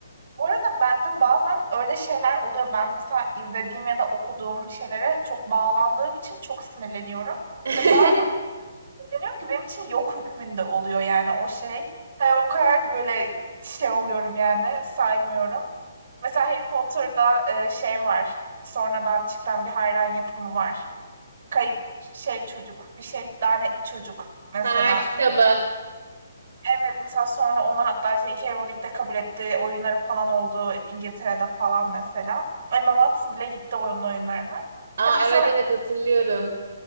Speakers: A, on the right (about 45°); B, on the right (about 65°).
A: Bu arada bende bazen öyle şeyler oluyor. Ben mesela izlediğim ya da okuduğum şeylere çok bağlandığım için çok sinirleniyorum
B: <laughs>
A: ve bazen sinirleniyorum ki benim için yok hükmünde oluyor yani o şey. Hani o kadar böyle şey oluyorum yani, saymıyorum. Mesela Harry Potter'da, eee, şey var, sonradan çıkan bir hayran yapımı var. Kayıp şey çocuk, bir şey lanetli çocuk mesela
B: Ha kitabı.
A: Evet, mesela sonra onu hatta J.K. Rowling de kabul etti. Oyunları falan oldu İngiltere'de falan mesela. Emma Watson bile gitti onun oyunlarına.
B: Aa
A: Hani mesela,
B: evet evet hatırlıyorum.